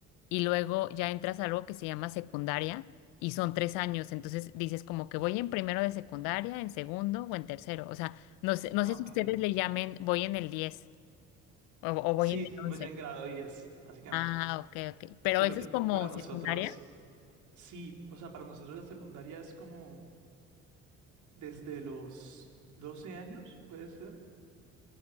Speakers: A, on the left; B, on the right.
A: y luego ya entras a algo que se llama secundaria, y son tres años, entonces dices como que voy en primero de secundaria, en segundo o en tercero, o sea, no sé, no
B: Ah,
A: sé
B: ok.
A: si ustedes le llamen voy en el 10 o, o voy
B: Sí,
A: en el
B: voy
A: 11.
B: en grado 10, básicamente.
A: Ah, ok, ok, pero
B: Solo
A: eso
B: que
A: es como
B: para
A: secundaria,
B: nosotros, sí, o sea, para nosotros la secundaria es como desde los 12 años, puede ser,